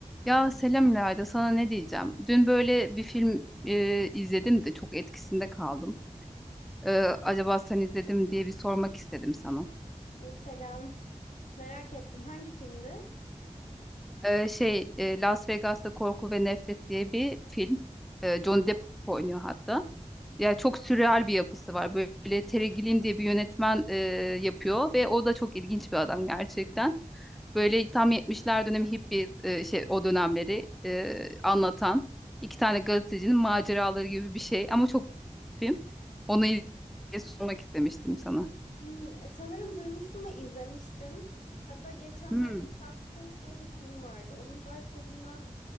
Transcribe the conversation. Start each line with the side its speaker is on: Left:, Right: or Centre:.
Centre: Ya selam İlayda, sana ne diyeceğim? Dün böyle bir film e, izledim de çok etkisinde kaldım. E, acaba sen izledin mi diye bir sormak istedim sana.
Left: Selam. Merak ettim hangi filmdi?
Centre: E, şey, e, Las Vegas'ta Korku ve Nefret diye bir film. E, Johnny Depp oynuyor hatta. Ya çok sürreal bir yapısı var. Böyle Terry Gilliam diye bir yönetmen e, yapıyor ve o da çok ilginç bir adam gerçekten. Böyle tam yetmişler dönemi hippi e, şey o dönemleri e, anlatan iki tane gazetecinin maceraları gibi bir şey ama çok film. Onu iz- sormak istemiştim sana.
Left: Hmm, sanırım duymuştum ve izlemiştim. Hatta geçenlerde
Centre: Hmm.
Left: Substance diye bir film vardı. Onun başrolünden